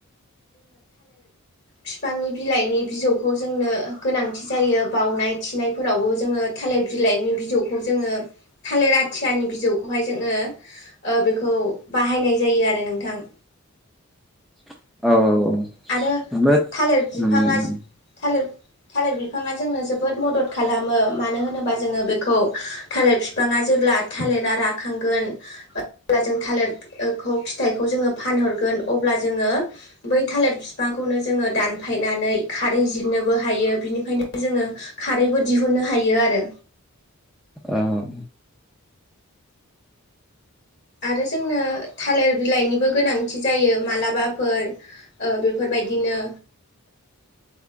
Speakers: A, in the centre; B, on the left.
A: !!!!
B: बिफांनि बिलाइनि बिजौखौ जोंनो गोनांथि जायो बावउनाय थिनायफोरावबो जोङो थालिर बिलाइनि बिजौखौ जोङो थालेर आथियानि बिजौखौहाय जोङो ओ बेखौ बाहायनाय जायो आरो नोंथां
A: औ औ औ
B: आरो
A: ओमफ्राय
B: थालिर बिफाङा
A: उम
B: थालिर थालिर बिफाङा जोंनो जोबोद मदद खालामो मानो होनोबा जोङो बेखौ थालिर बिफाङा जेब्ला थालिरा राखांगोन अब्ला जों थालिरखौ फिथाइखौ जोङो फानहरगोन अब्ला जोङो बै थालेर बिफांखौनो जोङो दानफायनानै खारै जिरनोबो हायो बिनिफ्रायनो जोङो खारैबो दिह हुननो हायो आरो
A: औ
B: आरो जोंनो थालिर बिलाइनिबो गोनांथि जायो मालाबाफोर ओ बेफोर बायदिनो
A: !!!